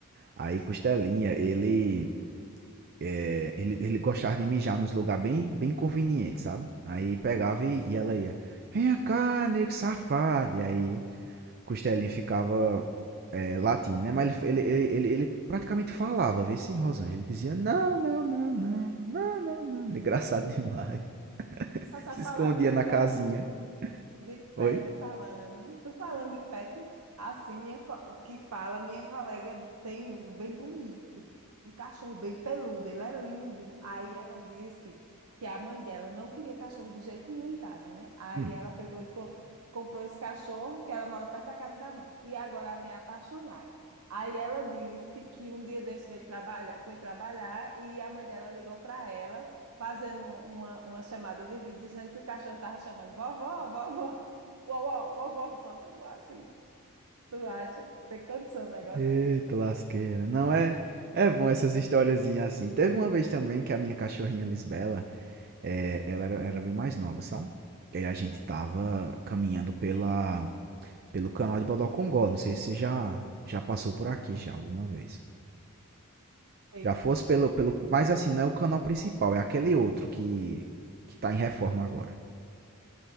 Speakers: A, on the right (about 45°); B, on the right (about 80°).
A: Aí Costelinha, ele, é, ele, ele gostava de mijar nos lugares bem, bem convenientes, sabe? Aí pegava e, e ela ia, vem cá, negro safado. E aí Costelinha ficava é, latindo, né? Mas ele, ele, ele, ele, praticamente falava, vê se Rosângela. Ele dizia não, não, não, não, não, não, não. Era engraçado <laughs> demais. Ele
B: Só sabe
A: se escondia
B: falar de,
A: na
B: ca-
A: casinha.
B: De
A: Oi?
B: pet falando. Tu falando de pet, assim, minha co- que fala, minha colega tem um bem bonito, um cachorro bem peludo, ele é lindo. Aí ela disse que a mãe dela não queria cachorro de jeito nenhum em casa, né? Aí
A: Hum.
B: ela pegou e co- comprou esse cachorro, que ela mora perto da casa da mãe. E agora a mãe é apaixonada. Aí ela disse que um dia desse veio trabalhar, foi trabalhar e a mãe dela ligou para ela fazendo uma, uma chamada de vídeo dizendo que o cachorro tava chamando vovó, vovó, vovó, vovó, só se for assim. Tu acha? Tem condição um negócio
A: Eita
B: desse?
A: lasqueira. Não é. É bom essas historiazinhas assim. Teve uma vez também que a minha cachorrinha Lisbela, é, ela era, era bem mais nova, sabe? E aí a gente tava caminhando pela, pelo canal de Bodocongó. Não sei se você já, já passou por aqui já alguma vez.
B: Sei.
A: Já fosse pelo, pelo. Mas assim, não é o canal principal, é aquele outro que, que tá em reforma agora.